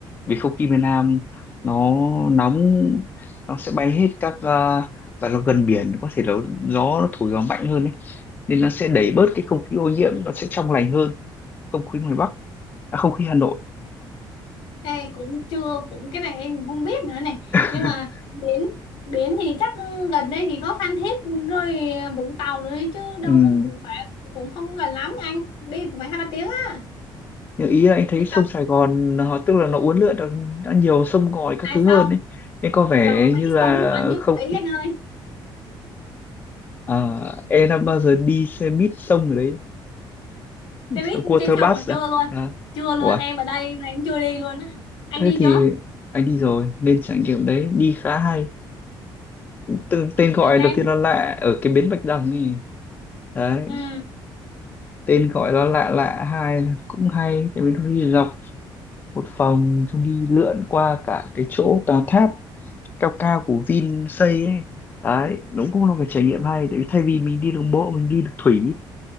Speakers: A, on the left; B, on the left.
A: vì không khí miền Nam nó nóng nó sẽ bay hết các à, và nó gần biển có thể là gió nó thổi gió mạnh hơn ấy nên nó sẽ đẩy bớt cái không khí ô nhiễm nó sẽ trong lành hơn không khí ngoài Bắc à, không khí Hà Nội
B: Ê, cũng chưa cũng cái này em không biết nữa này
A: <laughs>
B: nhưng mà biển biển thì chắc gần đây thì có Phan Thiết rồi Vũng Tàu rồi chứ đâu
A: ừ.
B: có cũng phải cũng không gần lắm anh đi cũng phải hai ba tiếng á
A: nhưng ý là anh thấy
B: đi
A: sông Sài Gòn họ tức là nó uốn lượn đã, đã nhiều sông ngòi các
B: ai
A: thứ hơn
B: xong
A: ấy nên có vẻ
B: trời ơi, mấy
A: như
B: cái
A: là
B: sông nước bẩn như
A: không
B: quỷ
A: khí-
B: anh ơi
A: à, em đã bao giờ đi xe buýt sông ở đấy
B: xe
A: xe
B: buýt
A: water
B: trên sông
A: bus
B: mà chưa
A: à?
B: luôn
A: à
B: chưa luôn
A: ủa
B: em ở đây mà em chưa đi luôn á anh
A: thế
B: đi
A: thì
B: chưa
A: anh đi rồi nên trải nghiệm đấy đi khá hay Từ, tên gọi
B: thử em
A: đầu tiên là lạ ở cái bến Bạch Đằng ấy đấy
B: ừ
A: tên gọi nó lạ lạ hai là cũng hay tại vì nó đi dọc một vòng xong đi lượn qua cả cái chỗ tòa tháp cao cao của Vin xây ấy đấy nó cũng là một cái trải nghiệm hay tại vì thay vì mình đi đường bộ mình đi được thủy